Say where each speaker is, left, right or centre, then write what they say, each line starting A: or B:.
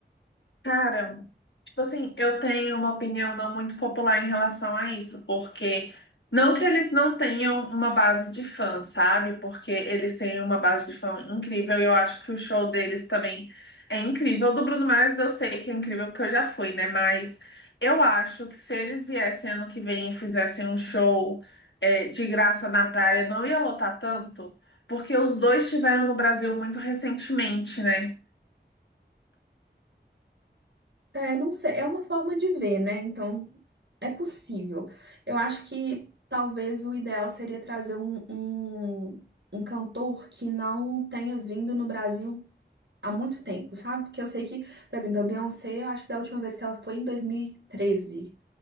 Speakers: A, on the left; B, on the right.
A: Cara. Tipo assim, eu tenho uma opinião não muito popular em relação a isso, porque não que eles não tenham uma base de fã, sabe? Porque eles têm uma base de fã incrível e eu acho que o show deles também é incrível. O do Bruno Mars eu sei que é incrível porque eu já fui, né? Mas eu acho que se eles viessem ano que vem e fizessem um show é, de graça na praia, não ia lotar tanto, porque os dois estiveram no Brasil muito recentemente, né?
B: É, não sei, é uma forma de ver, né? Então é possível. Eu acho que talvez o ideal seria trazer um, um, um cantor que não tenha vindo no Brasil há muito tempo, sabe? Porque eu sei que, por exemplo, a Beyoncé, eu acho que da última vez que ela foi em 2013.